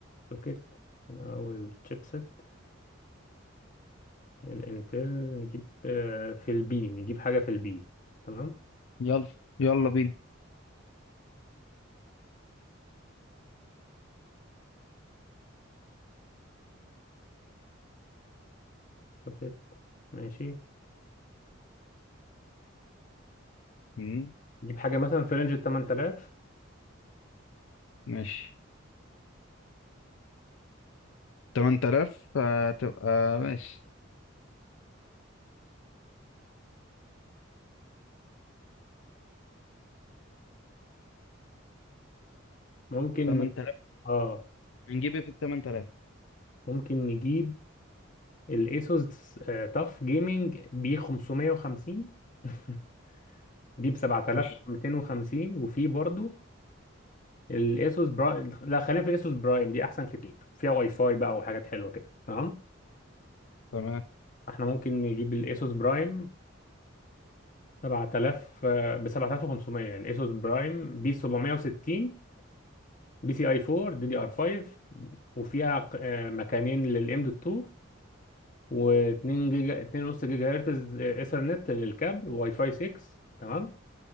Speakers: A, on the left; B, on the left.
A: سوكت الأول تشيبسيت الانتل نجيب آه، في البي نجيب حاجة في البي تمام
B: يلا يلا بينا
A: سوكت ماشي
B: مم،
A: نجيب حاجة مثلا في رينج ال 8000
B: ماشي تمن تلاف هتبقى ماشي
A: ممكن
B: تمن
A: ن-
B: تلاف
A: اه
B: هنجيب إيه في التمن تلاف
A: ممكن نجيب الايسوس تاف جيمنج بي 550 <laughs> دي ب 7250
B: قشطة
A: وفي برضو الايسوس برايم لا خلينا في الايسوس برايم دي احسن كتير فيها واي فاي بقى وحاجات حلوة كده تمام
B: تمام
A: احنا ممكن نجيب الاسوس برايم 7000 آه، ب 7500 الاسوس برايم بي 760 بي سي اي 4 دي دي ار 5 وفيها ق- آه، مكانين للام دوت 2 و2 جيجا 2.5 جيجا هرتز آه، ايثرنت للكابل وواي فاي 6 تمام